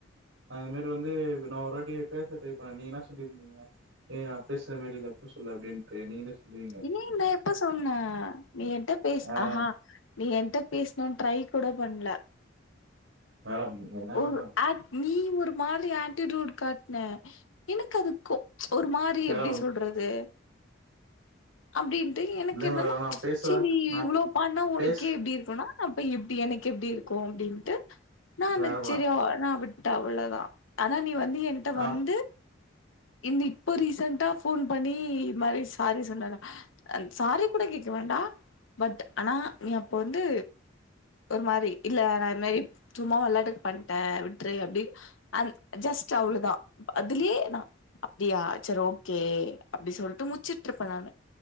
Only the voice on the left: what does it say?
<unintelligible> நா எப்ப சொன்னே நீ என்ட்ட பேசு
அஹம் நீ என்ட பேசணுன்னு ட்ரை கூட பண்ல
ஓ
அது நீ ஒரு மாரி ஆட்டிட்யூட் காட்ன எனக்கு அது கோ ஒரு மாரி இது
எப்டி சொல்றது அப்டி டேய் எனக்கு
என்னன்னா
செரி
இவ்ளோ பண்ணா உனக்கே
இப்டி இருக்குன்னா அப்ப எப்டி எனக்கு எப்டி இருக்கும் அப்டின்ட்டு நா
ஆ நா விட்ட அவ்ள தா ஆனா நீ வந்து என்ட்ட
வந்து நீ இப்போ ரீசென்டா ஃபோன் பண்ணி இ மாரி சாரி சொன்னல்ல சாரி கூட கேக்க வேண்டா பட் ஆனா நீ அப்ப வந்து ஒரு மாரி இல்ல நா இது மாரி சும்மா வெளாட்டுக்கு பண்ட்டே விட்டுரு அப்டின்னு அது ஜஸ்ட்டு அவ்ள தா அதுலயே நா அப்டியா சரி ஓகே அப்டி சொல்ட்டு முச்சிட்டுருப்ப நானு